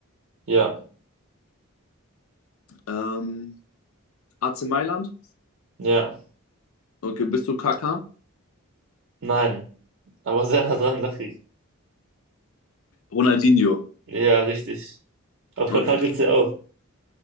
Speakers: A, on the right; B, on the left.
A: Ja.
B: Ähm, AC Mailand?
A: Ja.
B: Okay, bist du Kaká?
A: Nein. Aber sehr nah dran, lachig.
B: Ronaldinho.
A: Ja, richtig. Auf
B: Okay,
A: Kaká gibt's ja auch.